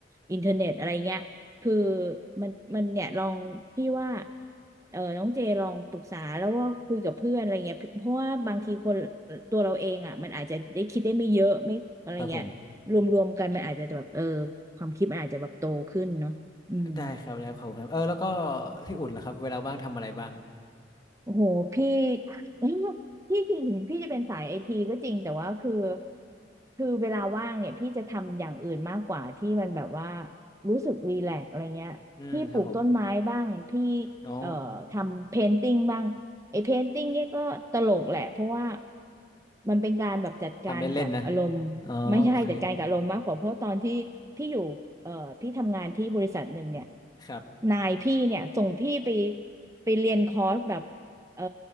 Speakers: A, on the right; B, on the left.
A: อินเทอร์เน็ตอะไรเงี้ย คือมันมันเนี่ยลองพี่ว่าเออน้องเจลองปรึกษาแล้วว่าคุยกับเพื่อนอะไรเงี้ยเพราะว่าบางทีคนตัวเราเองอ่ะมันอาจจะได้คิดได้ไม่เยอะไม่อะไรเงี้ยรวมๆกันมันอาจจะแบบเออ
B: ครับผม
A: ความคิดมันอาจจะแบบโตขึ้นเนาะอืม
B: ได้ครับได้ครับขอบคุณครับเออแล้วก็พี่อุ่นล่ะครับเวลาว่างทำอะไรบ้าง
A: โอ้โหพี่ <laughs> พี่จริงถึงพี่จะเป็นสายไอทีก็จริงแต่ว่าคือคือเวลาว่างเนี่ยพี่จะทำอย่างอื่นมากกว่าที่มันแบบว่ารู้สึกรีแลกซ์อะไรเงี้ยพี่ปลูกต้นไม้บ้างพี่
B: อืมครับผมอ๋อ
A: เอ่อทำเพนติ้งบ้างไอเพนติ้งเนี่ยก็ตลกแหละเพราะว่ามันเป็นการแบบจัดการกับอารมณ์ไม่ใช่จัดการกับอารมณ์มากกว่าเพราะตอนที่พี่อยู่เอ่อพี่ทำงานที่บริษัทหนึ่งเนี่ย
B: ทำเล่นๆนะอ๋อโอเคครับ
A: นายพี่เนี่ยส่งพี่ไปไปเรียนคอร์สแบบ เอ่อ